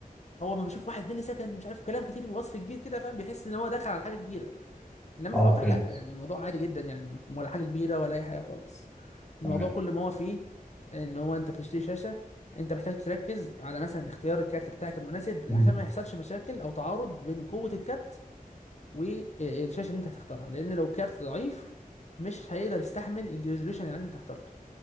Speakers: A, on the left; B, in the centre.
A: هو لما بيشوف واحد ملي سكند مش عارف كلام كتير بوصف كبير كده فاهم بيحس ان هو دخل على حاجه كبيره انما
B: اه
A: في الواقع
B: فهمت
A: لا يعني الموضوع عادي جدا يعني ولا حاجه كبيره ولا اي حاجه خالص الموضوع
B: تمام
A: كل ما هو فيه ان هو انت بتشتري شاشه انت محتاج تركز على مثلا اختيار الكارت بتاعك المناسب
B: مم.
A: عشان ما يحصلش مشاكل او تعارض بين قوه الكارت والشاشه اللي انت هتختارها لان لو الكارت ضعيف مش هيقدر يستحمل الريزوليوشن اللي انت اخترته